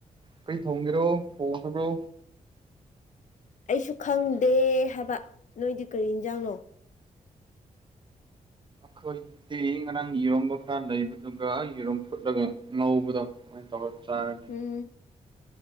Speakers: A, on the right; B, on the left.
A: ꯀꯔꯤ ꯊꯣꯡꯒꯦꯔꯣ ꯊꯣꯡꯈꯤꯕ꯭ꯔꯣ
B: ꯑꯩꯁꯨ ꯈꯪꯗꯦ ꯍꯥꯏꯕ ꯅꯣꯏꯗꯤ ꯀꯔꯤ ꯌꯦꯟꯖꯥꯡꯅꯣ
A: ꯑꯩꯈꯣꯏꯤ ꯉꯔꯥꯡ ꯢꯔꯣꯝꯕ ꯈꯔ ꯂꯩꯕꯗꯨꯒ ꯌꯦꯔꯣꯝ ꯐꯨꯠꯂꯒ ꯉꯧꯕꯗꯣ ꯑꯗꯨꯃꯥꯢ ꯇꯧꯔ ꯆꯥꯢ
B: ꯎꯝ